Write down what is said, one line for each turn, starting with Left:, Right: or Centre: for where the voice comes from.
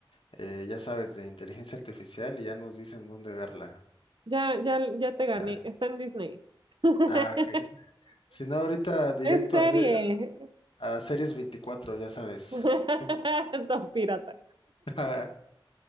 Left: eh, ya sabes, de inteligencia artificial y ya nos dicen dónde verla.
Right: Ya, ya, ya te gané,
Left: Ah,
Right: está en Disney. <laughs>
Left: ah, ok. Si no, ahorita directo
Right: Es serie.
Left: a, se- a, Series veinticuatro. ya sabes.
Right: <laughs>
Left: Siem-
Right: Don pirata.
Left: <laughs>